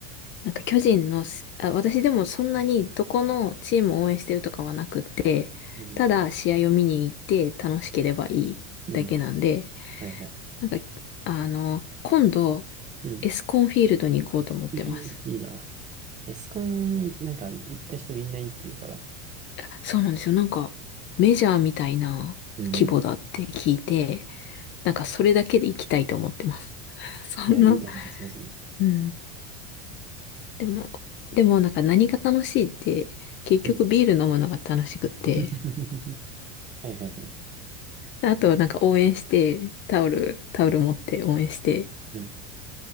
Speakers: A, on the left (about 30°); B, on the right (about 20°).
A: なんか巨人のし、あ、私でもそんなにどこのチームを応援してるとかはなくって、
B: うん。
A: ただ試合を見に行って楽しければいいだけなんで、
B: うん。はいはい。
A: なんか、あの、今度、
B: うん。
A: エスコンフィールドに行こうと思ってます。
B: ええいいな。エスコン、なんか行った人みんないいって言うから。
A: あそうなんですよ。なんか、メジャーみたいな規模だって聞いて、
B: うんう
A: なんかそれだけで行きたいと思ってます。<laughs> そんな、
B: ん。いや、いいと思います、まず。
A: うん。でも、でもなんか何が楽しいって、結局ビール飲むのが楽しくって、
B: うん。<laughs> はいはいはい。
A: あとはなんか応援して、タオル、タオル持って応援して、
B: うん。